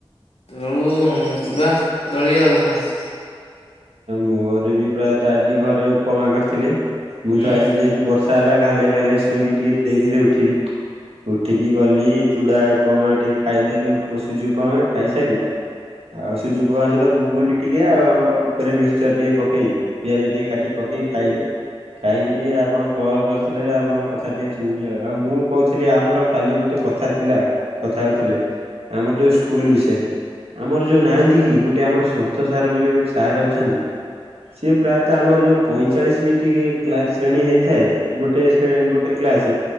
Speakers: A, on the left; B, on the right.
A: କାଳୁ ଚୁଡ଼ା, କଦଳୀ ଆଉ କଣ?
B: ମୋର ବି ପ୍ରାୟତଃ ଆଜି ଘରେ ଉପମା କରି ଥିଲେ ।
A: ହଁ
B: ମୁଁ ତ ଆଜି ଯେହେତୁ ବର୍ଷା ହେଲା ଘାଲେଇ ଘାଲେଇ ଶୋଇକି ଟିକେ ଡରିରେ ଉଠିଲି । ଉଠିକି ଗଲି ଚୁଡା ଉପମା ଟିକେ ଖାଇଦେଲି ଉପସୁଜି ଉପମା ଖାଇସାରି ଆଉ ସୁଜିଉପମା ସହିତ ଘୁଘୁନି ଟିକେ ଆଉ ଆମର ଉପରେ ମିକ୍ସଚର ଟିକେ ପକେଇକି ପିଆଜ ଟିକେ କାଟି ପକେଇ ଖାଇଲି । ଖାଇକି ଟିକେ ଆପଣ କଲ୍ କରିଥିଲେ ଆପଣ କଥା ଟିକେ ଶୁଣିବି ଆଉ ଆଉ ମୁଁ କୋହୁଥିଲି ଆମର କାଲି ଗୋଟେ କଥା ଥିଲା କଥା ହୋଉଥିଲେ ଆମର ଯୋଉ ସ୍କୁଲ ବିଷୟରେ ଆମର ଯୋଉ ନାହାନ୍ତି କି ଗୋ ଟେ ଆମର ସନ୍ଥ ସାର୍ ବୋଲି ଗୋଟେ ସାର୍ ଅଛନ୍ତି ସେ ପ୍ରାୟତଃ ଆମର ଯୋଉ ପଇଁଚାଳିଶି ମି କ୍ଲାସ ଶ୍ରେଣୀ ହେଇଥାଏ ଗୋଟେ ଶ୍ରେ ଗୋଟେ କ୍ଲାସରେ